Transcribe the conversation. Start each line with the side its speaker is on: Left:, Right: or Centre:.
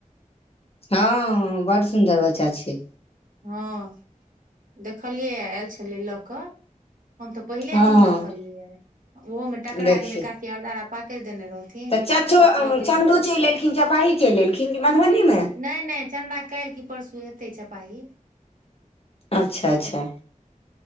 Left: हँ बड़ सुन्दर बच्चा छै
Right: हँ देखलियै आयल छलै लऽ कऽ हम तऽ पहिले
Left: हँ
Right: दिन देखलियै ओहोमे टकरा
Left: देखियौ
Right: गेलै काकी अरदारा पातरि देने रहे रहथिन
Left: तऽ चाचो
Right: त खुओबय
Left: चन्दो
Right: लेल
Left: चलि एलखिन चपाही चलि एलखिन कि मधुबनीमे
Right: नै नै चन्दा काल्हि की परसू एतै चपाही
Left: अच्छा अच्छा